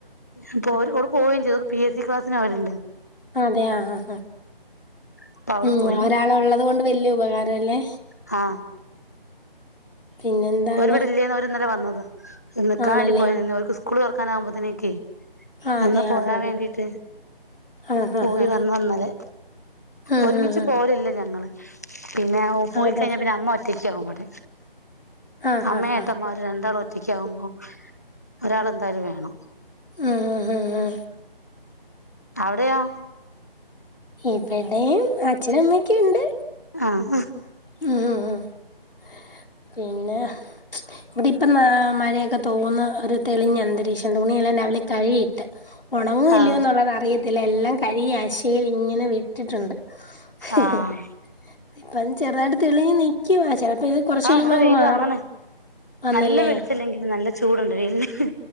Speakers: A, on the left; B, on the left.
A: അപ്പോര് ഓള് പോവേം ചെയ്ത് ഓക്ക് പി എസ് സി ക്ലാസിന് പോവൽണ്ട്
B: അതെ ആ ഹാ ഹ
A: അപ്പൊ അവള്
B: ഉം
A: പോയി
B: ഒരാളു ഉള്ളത് കൊണ്ട് വല്യ ഉപകാ രഅല്ലേ
A: ഹാ
B: പിന്നെന്താണ്
A: ഓര് വടെ ഇല്ല്യേന്ന് ഓര്ന്നലെ വന്ന നിക്കാൻ
B: ആണല്ലേ
A: വേണ്ടി പോയതേർന്ന്
B: ആ
A: ഓർക്ക് സ്കൂളൊർ ക്കാനാവുമ്പോത്തിനേക്കെ
B: ആ
A: നിന്ന്
B: അതെ
A: പോരാൻ
B: ആ ഹാ ഹാ
A: വേണ്ടിട്ട്
B: ആ ഹാ
A: പോയി
B: ഹാ
A: വന്നാ ഇന്നലെ
B: ഉം
A: ഒരുമിച്ച്
B: ഹും ഹും
A: പോവലില്ല ഞങ്ങള് പിന്നെ ഓ പോയിക്കഴിഞ്ഞാ
B: അതെ
A: പിന്നെ അമ്മ ഒ റ്റയ്ക്കാവും വടെ
B: ആ ഹാ
A: അമ്മയേട്ടമാരും
B: ഹാ
A: രണ്ടാളു ഒ റ്റയ്ക്ക് ആവുമ്പം ഒരാൾ എന്തായാലും വേണം
B: ആഹ് ആഹ് ആഹ് ആഹ്
A: അവിടെയോ?
B: ഇവിട് ഇവടെയും അച്ഛനു അമ്മയൊക്കെയിണ്ട്
A: ആഹ്
B: ഉം ഉം ആ പിന്നെ ഇവിടെ ഇപ്പ നാ മഴയൊക്കെ തോന്ന് ഒരു തെളിഞ്ഞ അന്തരീക്ഷം തുണിയെല്ലാം രാവിലെ കഴിയിട്ട് ഒണങോ ഇല്ലയോ
A: ആഹ്
B: എന്നുള്ളത് അറിയ ഇതിലെല്ലാം കഴിയാശ് യിൽ ഇങ്ങനെ വിട്ടിട്ടുണ്ട് ഹിഹി
A: ആഹ്
B: ഇപ്പൊന്ന് ചെറുതായിട്ട് തെളിഞ് നിക്കുവാ ചെലപ്പോ കൊറച്
A: ആഹ്
B: കഴിയുമ്പോ
A: ഇവിടെ
B: അങ്ങ്
A: വെയില്
B: മാറും
A: വന്നണ്
B: വന്നല്ലേ
A: നല്ല വെളിച്ചല്ലെങ്കിലും നല്ല ചൂടുണ്ട് വെയിലിന്